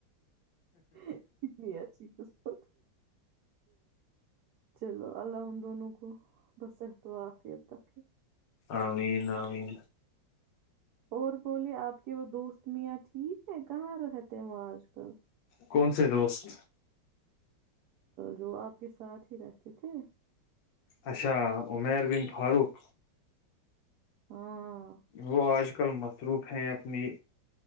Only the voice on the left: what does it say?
آین آین
کون سے دوست
اچھا عمیر بن فاروق
وہ آج کل مصروف ہیں اپنی